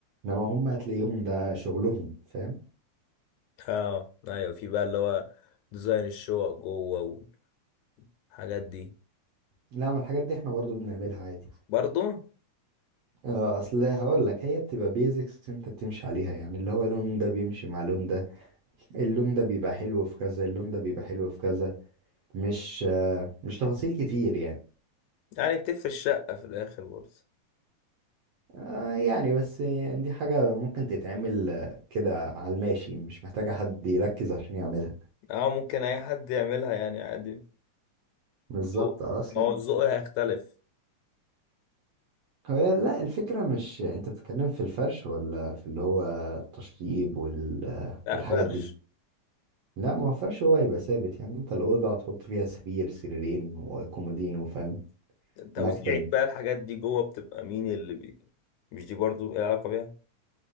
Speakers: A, on the right (about 70°); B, on the left (about 80°).
A: انما هم هتلاقيهم ده شغلهم فاهم
B: اه ايوه في بقى اللي هو ديزاين الشقق جوه والحاجات دي
A: لا ما الحاجات دي احنا برضو بنعملها عادي
B: برضو
A: اه اصل هقول لك هي بتبقى بيزكس انت بتمشي عليها يعني اللي هو لون ده بيمشي مع لون ده اللون ده بيبقى حلو في كذا اللون ده بيبقى حلو في كذا مش آه، مش تفاصيل كتير يعني
B: يعني بتفرق الشقة في الآخر برضه
A: آه، يعني بس يعني دي حاجة ممكن تتعمل آه، كده على الماشي مش محتاجة حد يركز عشان يعملها
B: اه ممكن أي حد يعملها يعني عادي
A: بالظبط
B: ذوق
A: اصل
B: ما هو الذوق هيختلف
A: هي لا الفكرة مش انت بتتكلم في الفرش ولا في اللي هو التشطيب وال...
B: لا
A: والحاجات
B: فرش
A: دي لا ما فرش هو يبقى ثابت يعني انت الأوضة هتحط فيها سرير سريرين وكومودين وفاهم
B: توزيعك
A: مكتب
B: بقى الحاجات دي جوه بتبقى مين اللي بي مش دي برضو ايه علاقة بيها